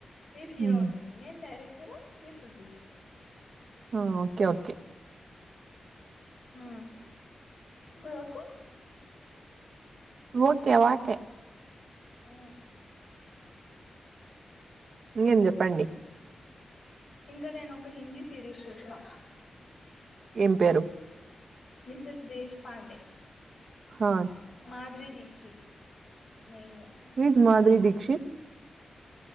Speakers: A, on the left; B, on the right.
A: మీరు హీరో
B: హ్మ్
A: ఉండండి నేన్ డైరెక్ట్ ఉంటరు మీర్ ప్రొడ్యూసర్
B: హా ఓకె ఓకే
A: ఆ ఇప్పుడు ఒకే
B: ఒకే వాకే
A: అ
B: ఇంగేం చెప్పండి
A: ఇంక నేను ఒక హిందీ సిరీస్ చూసినా
B: ఏమ్ పేరు
A: మిసెస్ దేశ్ పాండె
B: ఆ
A: మాదిరి దీక్షిత్ మెయిన్
B: హ ఈజ్ మాధురి దీక్షి క్షిత్